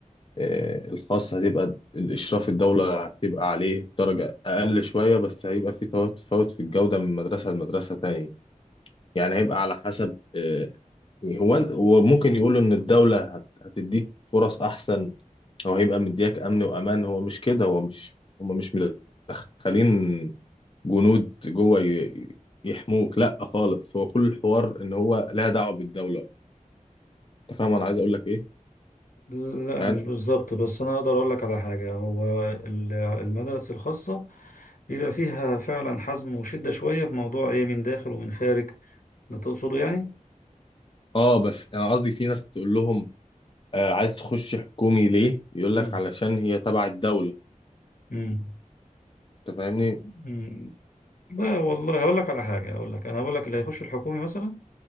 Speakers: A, on the left (about 40°); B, on the left (about 80°).
A: آه، الخاص هتبقى الاشراف الدوله هتبقى عليه درجه اقل شويه بس هيبقى في تفاوت في الجوده من مدرسه لمدرسه تانية يعني هيبقى على حسب آه، هو هو ممكن يقولوا ان الدوله هت- هتديك فرص احسن او هيبقى مدياك امن وامان هو مش كده هو مش هم مش مدخلين جنود جوه ي- يحموك لا خالص هو كل الحوار ان هو لا دعوه بالدوله انت فاهم انا عايز اقول لك ايه
B: لا
A: يعني
B: مش بالظبط بس انا اقدر اقول لك على حاجه هو ال- المدارس الخاصه بيبقى فيها فعلا حزم وشده شويه في موضوع ايه من داخل ومن خارج ده تقصده يعني
A: اه بس انا قصدي في ناس تقول لهم آه عايز تخش حكومي ليه يقول
B: مم.
A: لك علشان هي تبع الدولة
B: مم.
A: انت فاهمني
B: مم. لا والله هقول لك على حاجه هقول لك انا هقول لك اللي هيخش الحكومي مثلا